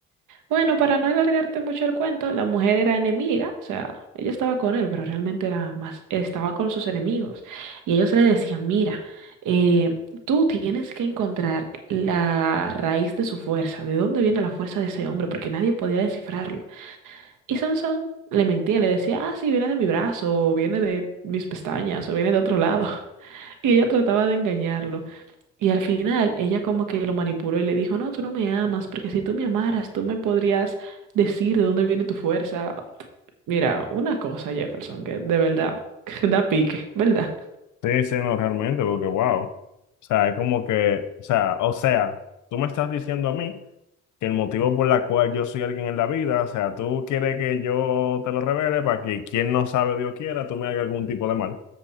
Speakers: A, on the right; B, on the left.
A: Bueno, para no alargarte mucho el cuento, la mujer era enemiga, o sea, ella estaba con él, pero realmente era más, estaba con sus enemigos. Y ellos le decían, mira, eh, tú tienes que encontrar la raíz de su fuerza, de dónde viene la fuerza de ese hombre, porque nadie podía descifrarlo. Y Sansón le mentía, le decía, ah, sí, viene de mi brazo, o viene de mis pestañas, o viene de otro lado. <laughs> Y ella trataba de engañarlo. Y al final ella como que lo manipuló y le dijo, no, tú no me amas, porque si tú me amaras, tú me podrías decir de dónde viene tu fuerza. Mira, una cosa, Jefferson, que de verdad <laughs> da pique, ¿verdad?
B: Sí, sí, no, realmente, porque wow. O sea, es como que, o sea, o sea, tú me estás diciendo a mí. que el motivo por la cual yo soy alguien en la vida, o sea, tú quieres que yo te lo revele para que quien no sabe, Dios quiera, tú me hagas algún tipo de mal.